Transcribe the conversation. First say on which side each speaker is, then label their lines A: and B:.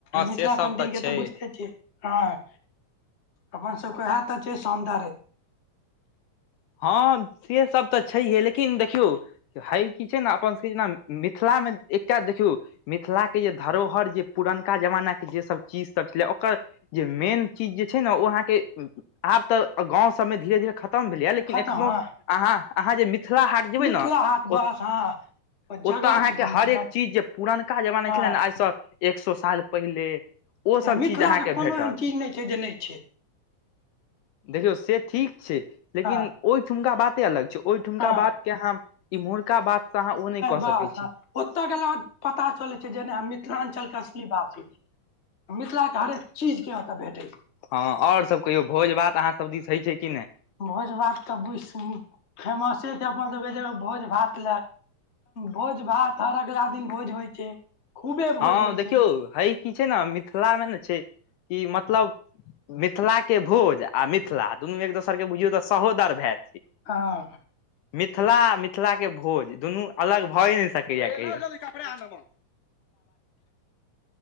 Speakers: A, on the left; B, on the left.
A: मिथिला
B: से सब
A: पेंटिंग के
B: छै
A: तऽ बुझिते छियै, हँ। अपन सबके वैह त छियै सौन्दर्य।
B: हँ से सब तऽ छैहे लेकिन देखियौ है की छै ने अपन सबके जेना मिथिलामे एकटा देखियौ मिथिलाके जे धरोहर जे पुरनका जमानाके जे सब चीजसभ छलै ओकर जे मेन चीज जे छै ने ओ अहाँके आब तऽ गाँंव सबमे धीरे धीरे खतम भेलै लेकिन लेकिन
A: खतम
B: एखनो,
A: हँ
B: अहाँ अहाँ जे मिथिला हाट जेबै
A: मिथिला
B: ने
A: हाट
B: ओ
A: बस हँ
B: ओतय
A: जगह
B: अहाँके
A: छै घुमय
B: हर एक
A: वला
B: चीज जे पुरनका जमाना
A: हँ
B: छलै ने आइसँ एक सौ साल पहिले ओ सब
A: मिथिला
B: चीज अहां के
A: कोनो
B: भेटत।
A: एहन चीज नहि छै जे नहि छै
B: देखियौ से ठीक छै, लेकिन
A: हँ
B: ओहि ठुमका बाते अलग छै ओहि ठुमका
A: हँ
B: बात के हम इम्हुरका बात से अहाँ ओ नहि कऽ
A: बस
B: सकै छी।
A: हँ ओतय गेला पर पता चलै छै जेना मिथिलाञ्चल के असली वासी छी। मिथिला के हरेक चीज के ओतऽ भेट
B: हँ और सभ कहियौ भोज भात अहाँ सभ दिस होइ छै कि नहि।
A: भोज भात तऽ बेसी फेमसे छै अपन सभक भोज भात। भोज भात हर अगला दिन भोज होइ छै। खूबे भोज
B: हँ
A: होइ
B: देखियौ
A: छै
B: है कि छै ने मिथिला मे ने छै कि मतलब मिथिला के भोज आ मिथिला दुनू एक दोसर के बुझियौ तऽ सहोदर भाय छियै।
A: हँ।
B: मिथिला आ मिथिलाके भोज दुनू अलग भए नहि सकैए कहियो।